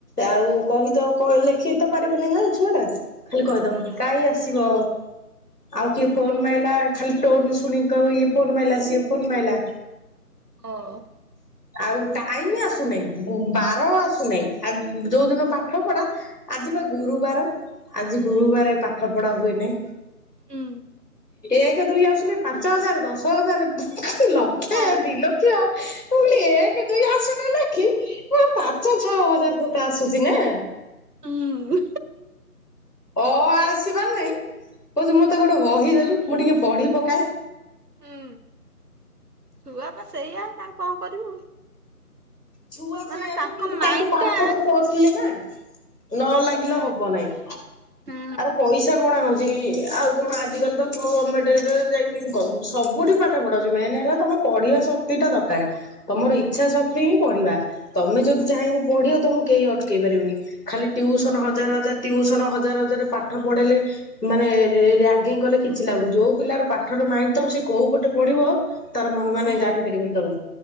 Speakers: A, on the left; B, on the right.
A: ଆଉ କହିତ୍ ଲେଖେଇ ତ ପାରିବନି ନା ଛୁଆଟା। ଖାଲି କହିଦବ
B: ହୁଁ।
A: ଗାଈ ଆସିବ ଆଉ କିଏ ଫୋନ ମାରିଲା ଖାଲି ଟୋନ୍ ସୁ ଫୁଣି କହିଁବ ଇଏ ଫୋନ ମାଇଲା ସିଏ ଫୋନ ମାଇଲା।
B: ହଁ।
A: ଆଉ ଟାଇମ ଆସୁନାହିଁ ବାର ଆସୁନାହିଁ ଆ ଯୋଉଦିନ ପାଠ ପଢା। ଆଜି ବା ଗୁରୁବାର ଆଜି ଗୁରୁବାର ପାଠ ପଢା ହୁଏ ନାହିଁ।
B: ହୁଁ।
A: ଏକ ଦୁଇ ଆସୁନି ପାଞ୍ଚ ହଜାର ଦଶ ହଜାର। ଲକ୍ଷେ,
B: ଅ
A: ଦି ଲକ୍ଷ। ମୁଁ କହିଲି ଏକେ, ଦୁଇ ଆସୁନେଇ ଲେଖି କଣ ପାଞ୍ଚ, ଛଅ ହଜାରେ ତୋତେ ଆସୁଚି ନାଁ।
B: ଉଁ।
A: ଅ, ଆ ଆସିବାର ନାଇଁ କହୁଚି ମତେ ଗୋଟେ ବହିଦେଲୁ ମୁଁ ଟିକେ ପଢି ପକାଏ।
B: ହୁଁ, ଛୁଆ ପା ସେଇଆ ତାଙ୍କୁ କଣ କରିବୁ?
A: ଛୁଆ
B: ମାନେ
A: ସେଇଆ ଯେ, କିନ୍ତୁ
B: ମାଇଣ୍ଡ
A: ତାଙ୍କ ପାଠ
B: ଟା
A: ତ କଷଲି ନାଁ? ନ ଲାଗିଲେ
B: ହୁଁ
A: ହବ ନାଇଁ।
B: ହୁଁ
A: ଆର ପଇସା ଛା ଗଣା ହଉଚି ଆଉ କଣ ଆଜିକାଲି ତ ଗମେଟେରେ ଯାଇକି ଗମ୍ ସବୁଠି ପାଠ ପଢାହଉଚି ମେନ୍ ହେଲା ତମ ପଢିବା ଶକ୍ତିଟା ଦକାରେ। ତମର
B: ହୁଁ
A: ଇଚ୍ଛା
B: ହୁଁ।
A: ଶକ୍ତି ହିଁ ପଢିବା ତମେ ଯଦି ଚାହିଁବ ପଢିଆକୁ ତମୁକୁ କେହି ଅଟକେଇ ପାରିବେନି? ଖାଲି ଟିଉସନ ହଜାର, ହଜାର ଟିଉସନ ହଜାର, ହଜାର ପାଠ ପଢେଇଲେ ମାନେ ରାଗିଙ୍ଗ କଲେ କିଛି ଲାଗୁନି ଯୋଉ ପିଲାର ପାଠରୁ ମାଇଣ୍ଡ ଥବ ସେ କୋଉ ପଟେ ପଢିବ ତାର ମନ ମାନେ
B: ହୁଁ
A: ଜାଣିପାରିବନି ତମେ।